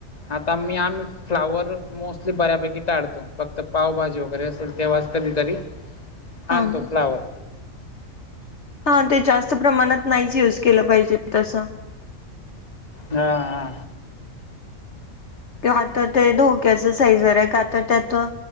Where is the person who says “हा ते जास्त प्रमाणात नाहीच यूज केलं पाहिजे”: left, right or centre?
Left